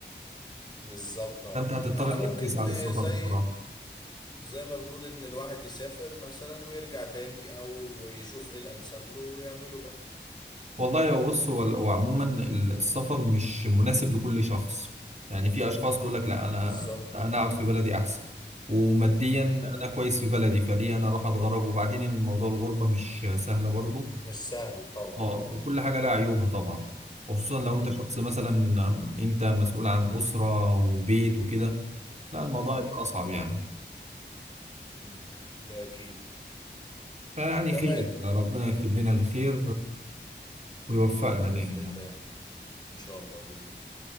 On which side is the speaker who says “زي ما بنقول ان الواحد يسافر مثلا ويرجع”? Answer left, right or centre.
Left